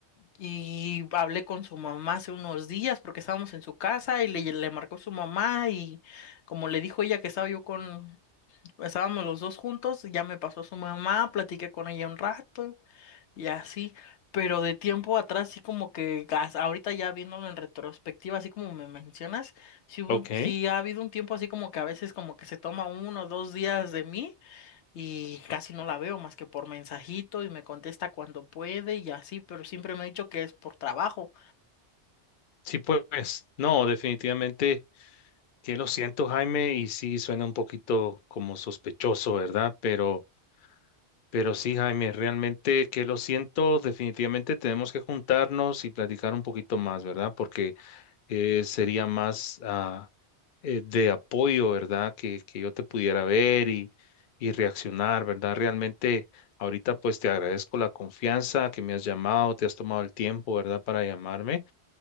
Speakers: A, on the left; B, on the left.
A: Y hablé con su mamá hace unos días porque estábamos en su casa y le, le marcó su mamá y como le dijo ella que estaba yo con, estábamos los dos juntos, ya me pasó su mamá, platiqué con ella un rato y así, pero de tiempo atrás sí como que as- ahorita ya viéndolo en retrospectiva, así como me mencionas, sí, hubo
B: Ok,
A: un- sí ha habido un tiempo así como que a veces como que se toma uno o dos días de mí y casi no la veo más que por mensajito y me contesta cuando puede y así, pero siempre me ha dicho que es por trabajo.
B: sí, pues, no, definitivamente que lo siento, Jaime, y sí suena un poquito como sospechoso, ¿verdad? Pero... Pero sí, Jaime, realmente que lo siento, definitivamente tenemos que juntarnos y platicar un poquito más, ¿verdad? Porque eh, sería más ah, eh, de apoyo, ¿verdad? Que, que yo te pudiera ver y, y reaccionar, ¿verdad? Realmente ahorita pues te agradezco la confianza que me has llamado, te has tomado el tiempo, ¿verdad? Para llamarme,